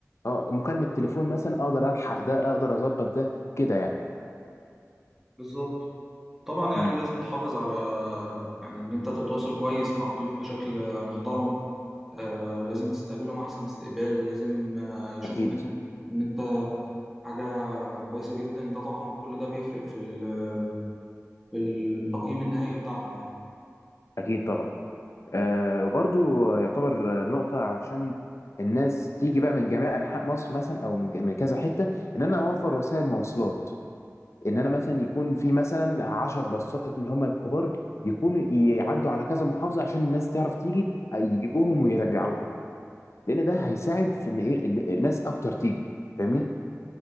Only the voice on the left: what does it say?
اه مكالمة تليفون مثلا اقدر الحق ده اقدر اظبط ده كده يعني
امم
اكيد
اكيد طبعا آه وبرضو يعتبر نقطة عشان الناس تيجي بقى من جميع انحاء مصر مثلا او من ج- من كذا حتة ان انا اوفر وسائل مواصلات ان انا مثلا يكون في مثلا عشر باصات من هم الكبار يكونوا يعدوا على كذا محافظة عشان الناس تعرف تيجي آه، يجيبوهم ويرجعوهم لان ده هيساعد في ان ايه ان الناس اكتر تيجي فاهمني